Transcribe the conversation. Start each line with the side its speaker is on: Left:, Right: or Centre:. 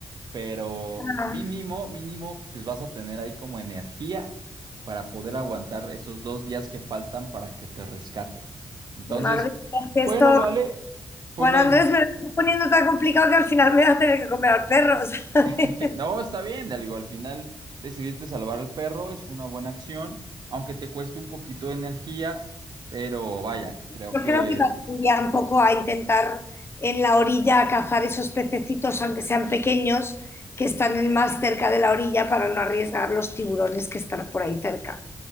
Right: pero
Left: Ah,
Right: mínimo, mínimo, pues vas a tener ahí como energía para poder aguantar esos dos días que faltan para que te rescate. Entonces,
Left: Madre mía, es que
Right: bueno,
Left: esto,
Right: vale, fue
Left: Juan
Right: una
Left: Andrés,
Right: decisión.
Left: me lo estás poniendo tan complicado que al final me voy a tener que comer al perro, <laughs> ¿sabes?
Right: <laughs> No, está bien, digo, al final decidiste salvar al perro, es una buena acción, aunque te cueste un poquito de energía, pero vaya, creo
Left: Yo
Right: que,
Left: creo que también iría un poco a intentar en la orilla cazar esos pececitos, aunque sean pequeños, que están en- más cerca de la orilla para no arriesgar los tiburones que están por ahí cerca.